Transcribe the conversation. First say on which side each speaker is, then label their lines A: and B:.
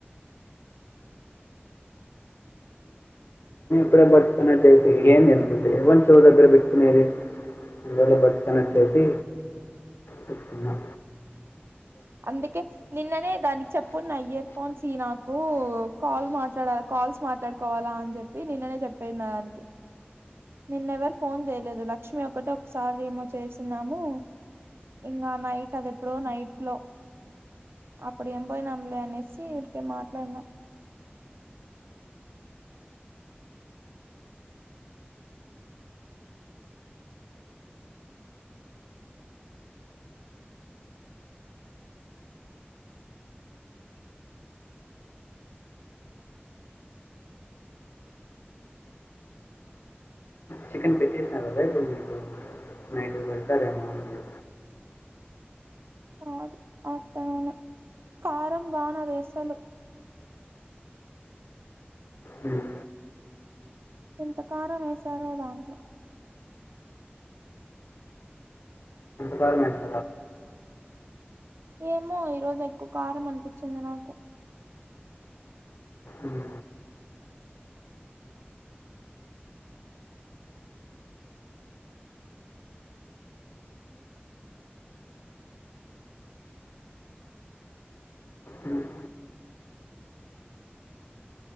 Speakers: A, on the left; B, on the right.
A: కూడా బర్డ్స్ ఏంది ఎంత చెవ్వు దగ్గర పెట్టుకునేది ఇలో బర్డ్స్ కనెక్ట్
B: మ్
A: చేసి చెప్తున్న
B: అందుకే నిన్ననే దానికి చెప్పు నా ఇయర్ ఫోన్స్ నాకు కాల్ మాట్లాడ కాల్స్ మాట్లాడుకోవాలా అని చెప్పి నిన్ననే చెప్పేది దానికి నిన్నెవరు ఫోన్ చేయలేదు లక్ష్మి ఒకటి ఒకసారి ఏమో చేసిన్నాము ఇంకా నైట్ అది ఎప్పుడో నైట్ లో అప్పుడు ఏం పోయినాంలే అనేసి ఊరీకే మాట్లాడినాం
A: చికెన్ పెట్టేసిన కదా ఇప్పుడు మీకు నైట్ పెడతారేమో అనుకున్నా.
B: అదు ఆఫ్టర్నూన్ కారం బగానే వేస్తారు అసలు
A: ఉమ్.
B: ఎంత కారం వేశారో దాంట్లో
A: గవర్నమెంట్
B: ఏమో ఈరోజు ఎక్కువ కారం అనిపించింది నాకు
A: ఉమ్. ఉమ్.